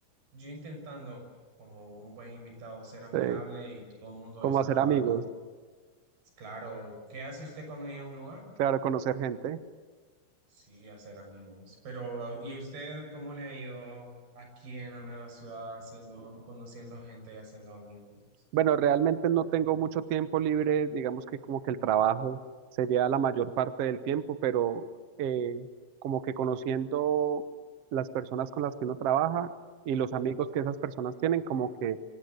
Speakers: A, on the right; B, on the right.
A: yo intentando como un buen invitado ser amigable
B: eh,
A: y todo el mundo
B: como
A: estaba
B: hacer amigos,
A: con, claro, ¿qué hace usted cuando llega a un lugar?
B: claro, conocer gente.
A: Sí, hacer amigos. Pero, ¿y usted cómo le ha ido aquí en la nueva ciudad haciendo, conociendo gente y haciendo amigos?
B: Bueno, realmente no tengo mucho tiempo libre, digamos que como que el trabajo sería la mayor parte del tiempo, pero eh, como que conociendo las personas con las que uno trabaja y los amigos que esas personas tienen, como que